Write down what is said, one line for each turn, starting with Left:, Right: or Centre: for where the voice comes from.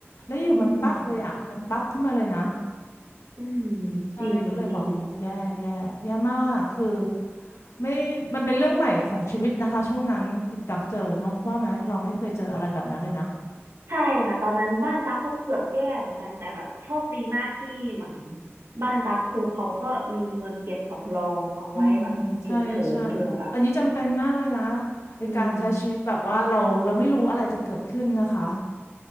Left: แล้วอยู่มันปักเลยอะมันปักขึ้นมาเลยนะ
Right: อืมอืม
Left: ใช่ก็เลยบอกโอ้แย่แย่แย่มากคือ
Right: จริงจริง
Left: ไม่มันเป็นเรื่องใหม่ของชีวิตนะคะช่วงนั้นคุณตักเจอเนาะว่าไหมเราไม่เคยเจออะไรแบบนั้นเลยนะ
Right: ใช่ค่ะตอนนั้นบ้านตั๊กก็เกือบแย่เหมือนกันแต่แบบโชคดีมากที่เหมือนบ้านตั๊กคือเขาก็มีเงินเก็บสำรองเอาไว้แบบฉุกเฉินเผื่อแบบ
Left: อืมใช่ใช่อันนี้จำเป็นมากเลยนะไอการใช้ชีวิตแบบว่าเราเราไม่รู้อะไรจะเกิดขึ้นนะคะ
Right: อืม